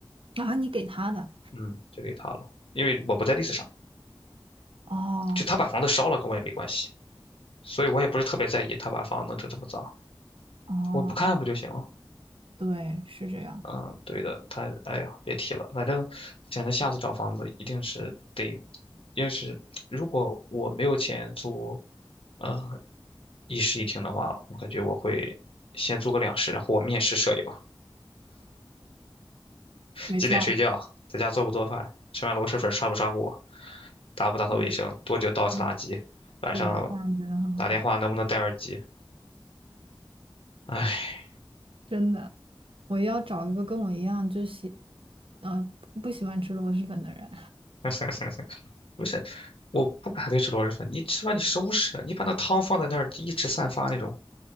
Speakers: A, on the right (about 80°); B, on the left (about 85°).
A: 啊，你给他的，
B: 嗯，就给他了，因为我不在 list 上，
A: 哦
B: 就他把房子烧了跟我也没关系，所以我也不是特别在意他把房子弄成这么脏，
A: 哦，
B: 我不看不就行了？
A: 对，是这样，
B: 嗯，对的，他哎呀，别提了，反正想着下次找房子一定是得，要是如果我没有钱租，呃，一室一厅的话，我感觉我会先租个两室，然后我面试舍友。
A: 没错，
B: 几点睡觉，在家做不做饭，吃完螺蛳粉刷不刷锅，打不打扫卫生，
A: <laughs> 对
B: 多久倒一次垃圾，
A: 嗯
B: 晚上
A: 是的，这样真的很好，
B: 打电话能不能戴耳机？哎，
A: 真的，我要找一个跟我一样就喜，呃，不喜欢吃螺蛳粉的人，
B: <laughs> 不是，我不反对吃螺蛳粉，你吃完你收拾啊，你把那汤放在那儿一直散发那种，